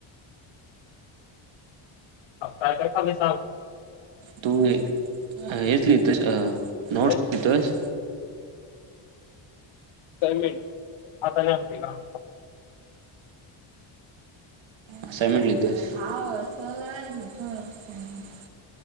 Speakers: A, on the left; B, on the right.
A: अहो काय काय चालू आहे काम...
B: तू हेच लिहितोयेस अ नोटस
A: होय
B: लिहितोस...
A: <unintelligible>
B: असाइनमेंट लिहितोयस. <unintelligible>